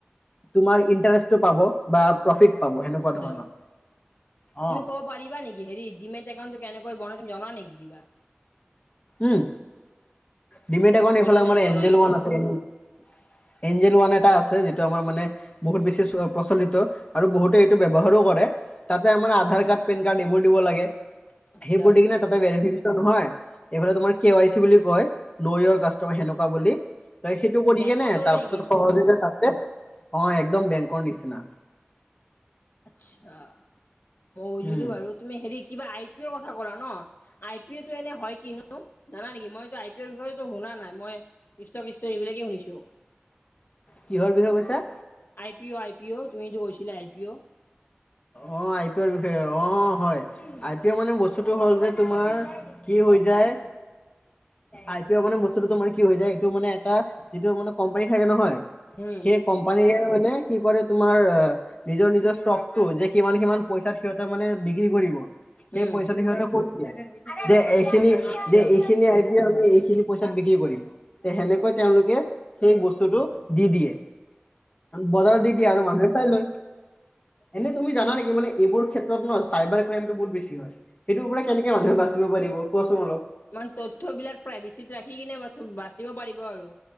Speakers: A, on the left (about 30°); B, on the left (about 55°).
A: তোমাৰ ইণ্টাৰেষ্টও পাব বা প্ৰফিট পাব সেনেকুৱা
B: আতছা
A: ধৰণৰ
B: তুমি
A: অ
B: ক'ব পাৰিবা নেকি হেৰি ডিমেট একাউণ্টটো কেনেকৈ বনাই। জানা নেকি কিবা
A: উম ডিমেত একাওনত
B: কোৱাচোন
A: এইফালে আমাৰ
B: এনে জনা
A: এঞ্জেল
B: যদি
A: ৱান <unintelligible> এঞ্জেল ওৱান এটা আছে যিটো আমাৰ মানে বহুত বেছি প্ৰচলিত আৰু বহুতে এইটো ব্যৱহাৰো কৰে তাতে আমাৰ আধাৰ কাৰ্ড পেন কাৰ্ড এইবোৰ দিব লাগে
B: আচ্ছা
A: সেইবোৰ দি কিনে তাতে ভেৰিফিকেশ্যন নহয় এইফালে তোমাৰ কে ৱাই চি বুলি কয় নৈয়ৰ কাষ্টমাৰ সেনেকুৱা বুলি। ত সেইটো কৰি
B: বেংকৰ
A: কেনে
B: দৰে
A: তাৰ
B: নেকি
A: পাছত
B: এইটো
A: সহজ। <unintelligible> অ', একদম বেংকৰ নিচিনা।
B: আচ্ছা, অ, বুজিলোঁ
A: উম
B: আৰু তুমি হেৰি কিবা আই পি এৰ কথা ক'লা ন' আই পি এটো এনে হয় কিনো, জানা নেকি মইটো আই পি এৰ বিষয়েটো শুনা নাই, মই ইষ্টা ফিষ্টা সেইবিলাকে শুনিছোঁ।
A: কিহৰ বিষয়ে কৈছা
B: I P O I P' তুমি যে গৈছিলা I P O
A: O I P অৰ বিষয়ে অ হয় আই পি অৰ মানে বস্তুটো হ'ল যে তোমাৰ কি হৈ যায় আইটি মানে বস্তুো মানে কি হৈ যায় এইটো মানে এটা যিটো মানে কোম্পানী থাকে নহয়
B: উম
A: সেই কোম্পানীয়েৰে মানে কি কৰে তোমাৰ নিজৰ নিজৰ ষ্টক যে কিমান সিমান পইচাত সিহঁতে মানে বিক্ৰী কৰিব সেই
B: উম
A: পইচাটো সিহঁতে যে এইখিনি
B: আচ্ছা
A: যে এইখিনি এইখিনি পইচাত বিক্ৰী কৰিম তে সেনেকৈ তেওঁলোকে সেই বস্তুটো দি দিয়ে বজাৰত
B: অ
A: দি দিয়া আৰু মানুহে চাই লয় এনে তুমি জানা নেকি এইবোৰ ক্ষেত্ৰত ন চাইাৰ্ৰাইমত বহুত বেছি হয় সেইটোৰ পৰা কেনেকে মানুহে বাচিব পাৰে দিব কোৱাচোন অলপ
B: ইান তথ্যবলাক প্ৰাইভেচিত ৰাখি কিনে বা বাচিব পাৰিব আৰু